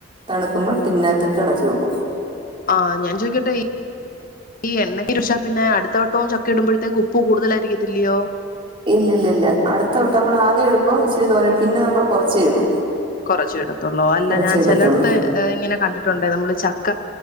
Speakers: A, on the right (about 25°); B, on the left (about 45°).
A: തണുക്കുമ്പോൾ ടിന്നകത്തിട്ട് അടച്ച് വെക്കും
B: ആ ഞാൻ ചോയ്ക്കട്ടെ ഇ ഇ എണ്ണ രുഷ പിന്നെ അടുത്തവട്ടവും ചക്ക ഇടുമ്പോഴത്തേക്ക് ഉപ്പ് കൂടുതലായിരിക്കത്തില്ലയോ
A: ഇല്ലല്ല ഇല്ല അടുത്തവട്ടം നമ്മൾ ആദ്യം ഇടുമ്പോ ഇച്ചിരി തോന്ന പിന്നെ നമ്മൾ കുറച്ചേ ഇടും
B: കുറച്ചു ഇടത്തുള്ളൂ അല്ല
A: കുറച്ചേ
B: ഞാൻ
A: ഇടത്തുള്ളൂ
B: ചിലയിടത്ത് ഇങ്ങനെ കണ്ടിട്ടുണ്ട് നമ്മള് ച ക്ക